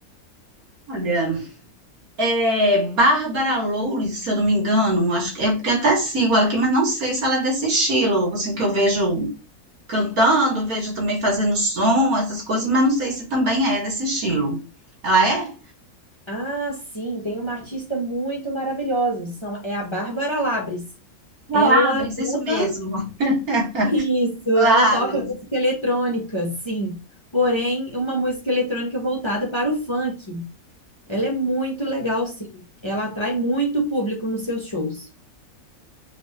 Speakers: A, on the right; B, on the left.
A: Olha, é Bárbara Loures, se eu não me engano, acho que é porque eu até sigo ela aqui, mas não sei se ela é desse estilo, assim que eu vejo cantando, vejo também fazendo som, essas coisas, mas não sei se também é desse estilo. Ela é?
B: Ah, sim, tem uma artista muito maravilhosa, são, é a Bárbara Labris.
A: Palavras,
B: Ela
A: isso mesmo.
B: toca
A: <laughs>
B: <laughs> isso,
A: Palavras.
B: ela toca música eletrônica, sim. Porém, uma música eletrônica voltada para o funk. Ela é muito legal, sim. Ela atrai muito público nos seus shows.